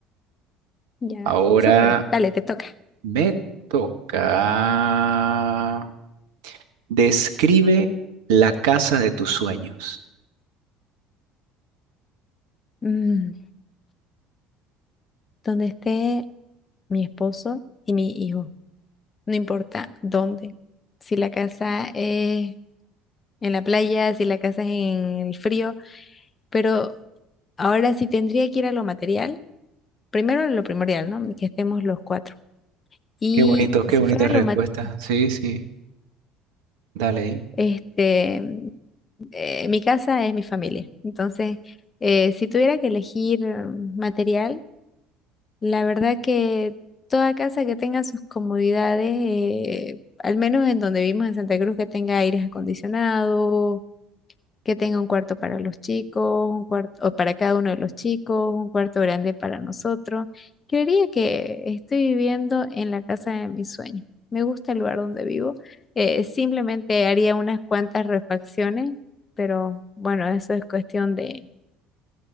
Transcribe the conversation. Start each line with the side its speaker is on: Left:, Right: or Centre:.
Left: Ya,
Right: Ahora
Left: súper, dale, te toca.
Right: me toca. Describe la casa de tus sueños.
Left: Mm, donde esté mi esposo y mi hijo, no importa dónde. Si la casa es en la playa, si la casa es en el frío, pero ahora sí tendría que ir a lo material. Primero lo primordial, ¿no? Que estemos los cuatro. Y
Right: Qué bonito, qué
Left: si
Right: bonita
Left: fuera
Right: respuesta.
Left: lo material,
Right: Sí, sí, dale ahí.
Left: este, eh, mi casa es mi familia. Entonces, eh, si tuviera que elegir mm, material, la verdad que toda casa que tenga sus comodidades, eh, al menos en donde vivimos en Santa Cruz, que tenga aires acondicionados, que tenga un cuarto para los chicos, un cuarto o para cada uno de los chicos, un cuarto grande para nosotros. Creería que estoy viviendo en la casa de mis sueños. Me gusta el lugar donde vivo. Eh, simplemente haría unas cuantas refacciones, pero bueno, eso es cuestión de,